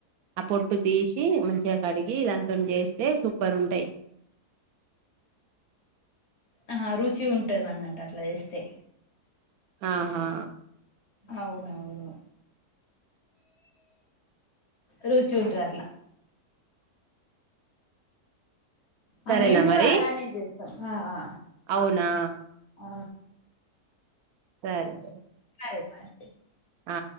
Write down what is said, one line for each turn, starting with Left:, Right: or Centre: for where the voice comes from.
Right: ఆ పొట్టు తీసి మంచిగా కడిగి దానితోని చేస్తే సూపర్ ఉంటాయ్
Left: ఆహ రుచి ఉంటది మన్నట్టు అట్లా చేస్తే
Right: ఆహా
Left: అవునవును రుచి ఉంటది అట్లా ఆ
Right: సరేనా
Left: మేము కూడా
Right: మరి
Left: అలానే చేస్ ఆ ఆ
Right: అవునా
Left: ఆ
Right: సరే సరే
Left: సరే మరి
Right: ఆ